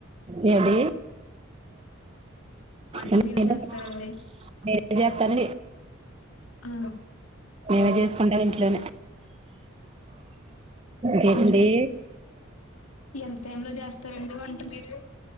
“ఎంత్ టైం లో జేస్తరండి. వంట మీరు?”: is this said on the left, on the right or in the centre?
Left